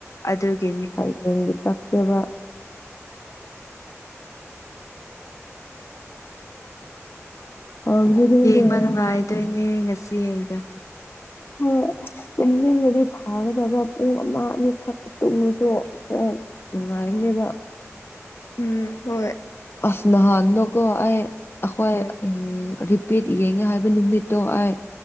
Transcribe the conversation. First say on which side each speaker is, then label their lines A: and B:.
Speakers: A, on the left (about 80°); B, on the left (about 50°).
A: ꯑꯗꯨꯒꯤꯅꯤ
B: ꯍꯌꯦꯡꯒꯤ ꯆꯠꯇꯦꯕ ꯍꯥꯎꯒꯗꯕꯅꯦ
A: ꯌꯦꯡꯕ ꯅꯨꯡꯉꯥꯏꯗꯣꯏꯅꯦ ꯉꯁꯤ ꯑꯩꯗ
B: ꯍꯣꯏ ꯑꯁ ꯇꯨꯝꯅꯤꯡꯉꯗꯤ ꯐꯥꯒꯗꯕ ꯄꯨꯡ ꯑꯃ ꯑꯅꯤ ꯈꯛꯇ ꯇꯨꯝꯉꯁꯨ ꯅꯨꯉꯥꯏꯕꯅꯦꯕ
A: ꯎꯝ ꯍꯣꯏ
B: ꯑꯁ ꯅꯍꯥꯟ ꯅꯀꯣ ꯑꯩ ꯑꯩꯈꯣꯏ
A: ꯍꯣꯏ
B: ꯎꯝ ꯄꯠ ꯌꯦꯡꯉꯦ ꯍꯥꯏꯕ ꯅꯨꯃꯤꯠꯇꯣ ꯍꯥꯏ